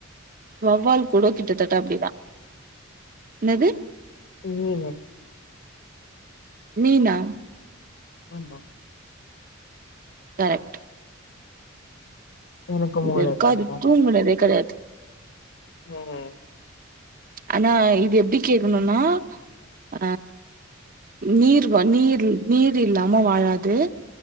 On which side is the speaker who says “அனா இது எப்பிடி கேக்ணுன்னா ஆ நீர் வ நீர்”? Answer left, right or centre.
Right